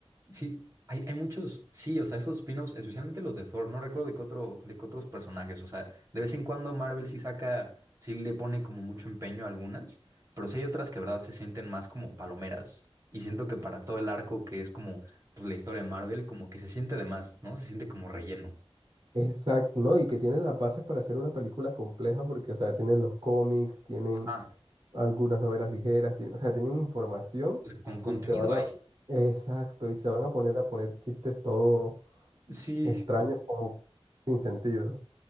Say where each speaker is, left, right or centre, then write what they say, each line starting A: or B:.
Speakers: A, on the right; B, on the right.
A: Sí, hay, hay muchos, sí, o sea, esos spin-offs, especialmente los de Thor, no recuerdo de qué otro, de qué otros personajes, o sea, de vez en cuando Marvel sí saca, sí le pone como mucho empeño a algunas, pero sí hay otras que, de verdad, se sienten más como palomeras. Y siento que para todo el arco que es como, pues, la historia de Marvel, como que se siente de más, ¿no? Se siente como relleno.
B: exacto, ¿no? Y que tienen las bases para hacer una película compleja, porque, o sea, tienen los cómics, tienen
A: ah
B: algunas novelas ligeras, tienen, o sea, tienen información
A: Con contenido
B: y se van
A: ahí.
B: a, exacto, y se van a poner a poner chistes todo.
A: Sí.
B: extraños o sin sentido.